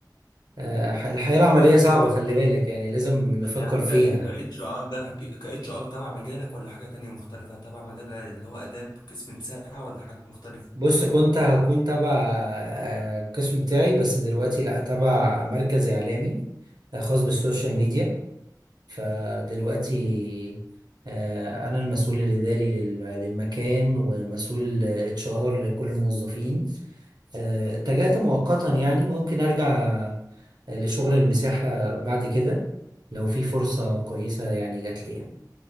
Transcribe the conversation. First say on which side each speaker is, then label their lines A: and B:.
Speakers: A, on the right (about 70°); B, on the left (about 75°).
A: آه، الحياة العملية صعبة خلي بالك يعني لازم نفكر
B: طب يعني
A: فيها
B: ك اتش ار ده ك اتش ار تبع مجالك ولا حاجة تانية مختلفة تبع مجال اللي هو اداب قسم مساحة ولا حاجة مختلفة
A: بص كنت هكون تبع آه، القسم بتاعي بس دلوقتي لا تبع مركز إعلامي آه، خاص بالسوشيال ميديا فدلوقتي آه، أنا المسؤول الإداري لل- للمكان ومسؤول اتش ار لكل الموظفين آه، اتجهت مؤقتا يعني ممكن أرجع آه، لشغل المساحة بعد كده لو في فرصة كويسة يعني جات لي يعني